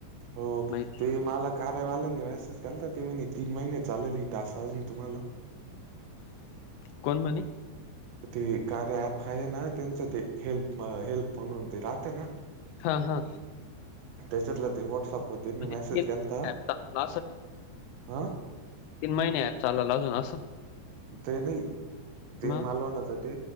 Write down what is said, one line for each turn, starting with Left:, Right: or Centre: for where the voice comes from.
Right: हो
Left: माहि
Right: ते मला कार्यवाल्यांनी मेसेज केलता ते म्हणे तीन महिने चालेल टासाजून तुम्हाला.
Left: कोण म्हणे?
Right: ते कार्य ऍप आहे ना? त्यांचं ते हेल्प हेल्प म्हणून ते राहतें ना?
Left: हा -हा.
Right: त्याच्यातलं ते वॉट्सअपवर त्यांनी
Left: म्हणजे
Right: मेसेज
Left: महिने
Right: केलता
Left: ॲप चालल
Right: हा?
Left: तीन महिने ऍप चालल अजून असं
Right: ते नाही ते
Left: मग
Right: मालवण तर ते